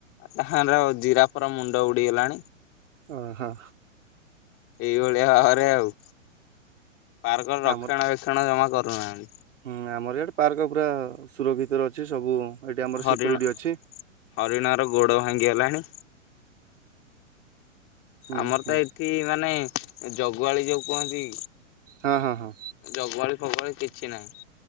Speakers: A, on the left; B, on the right.
A: ତାହାର ଜିରାଫ ର ମୁଣ୍ଡ ଉଡିଗଲାଣି।
B: ଓହୋ।
A: ଏଇଭଳିଆ ଭାବରେ ଆଉ। ପାର୍କର ରକ୍ଷଣା
B: ଆମର
A: ବେକ୍ଷଣ ଜମା କରୁନାହାଁନ୍ତି।
B: ହୁଁ ଆମର ଏଇଆଡେ ପାର୍କ ପୁରା ସୁରକ୍ଷିତରେ ଅଛି ସବୁ ଏଠି ଆମର
A: ହରିଣ
B: ସିକ୍ୟୁରିଟି ଅଛି।
A: ହରିଣ ର ଗୋଡ ଭାଙ୍ଗିଗଲାଣି।
B: ହୁଁ
A: ଆମର
B: ହୁଁ
A: ତ ଏଠି ମାନେ ଜଗୁଆଳି ଯୋଉ କୁହନ୍ତି
B: ହଁ ହଁ ହଁ।
A: ଜଗୁଆଳି ଫଗୁଆଳି କିଛି ନାହିଁ।